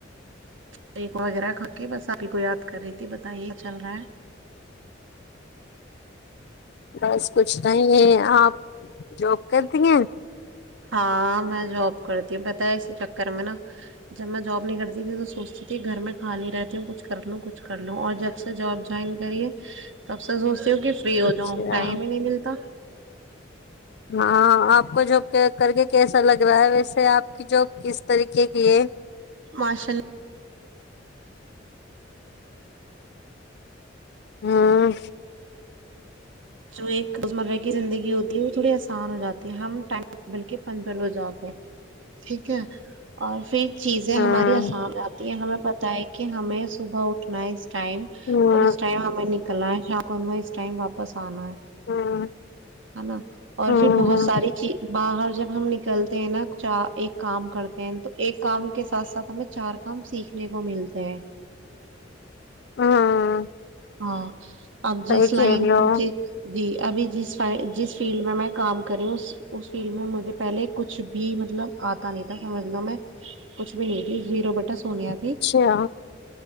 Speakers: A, on the right; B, on the left.
A: تقوں وغیرہ کھکے بس آپ ہی کو یاد کر رہی تھی بتائیے چل رہا ہے
B: بس کچھ نہیں ہے آپ جوک کرتی ہیں
A: ہاں میں جاب کرتی ہوں پتا ہے اسی چکر میں نا جب میں جاب نہیں کرتی تھی تو سوچتی تھی گھر میں خالی رہتی ہوں کچھ کر لوں کچھ کر لوں اور جب سے جاب جوائن کریے تب سے سوچ کیوںکہ فری ہو
B: اچھا
A: جاؤں ٹائم ہی نہیں ملتا
B: ہاں آپ کو جاب کر کے کیسا لگ رہا ہے ویسے آپ کی جاب کس طریقے کی ہے
A: مشاء
B: ہاں
A: جو ایک روزمرہ کی زندگی ہوتی ہے تھوڑی آسان ہو جاتی ہے ہم ٹائم ٹیبل کے پن پ ل ہو جاتے ہیں ٹھیک ہے اور پھر چیزیں
B: ہوں
A: ہماری آسان آتی ہیں ہمیں پت ہے کہ کہ ہمیں صبح اٹھنا ہے اس ٹائم
B: ہوں
A: اور اس ٹائم ہمیں نکلنا ہے شام کونوا اس ائم واپس سالے
B: ہوں ہوں
A: ہے نا اور
B: ہوں
A: پھر بہت ساری چیز باہر جب ہم نکلتے ہیں نا چ ایک کام کرتے ہیں تو ایک کام کے ساتھ ساتھ ہمیں چار کام سیکھنے کو ملتے ہیں
B: ہوں
A: ہاں اپ
B: صحیح
A: جی سلائنی
B: کہہ رہی ہو
A: جی ابھی ج جس فیلڈ میں میں کام کری ہوں اس فیلڈ میں مجھے پہلے کچھ بھی مطلب آتا نہیں تھا سمجھ لو میں کچھ بھی نہیں تھی زیرو بٹس سونیا بھی
B: اچھا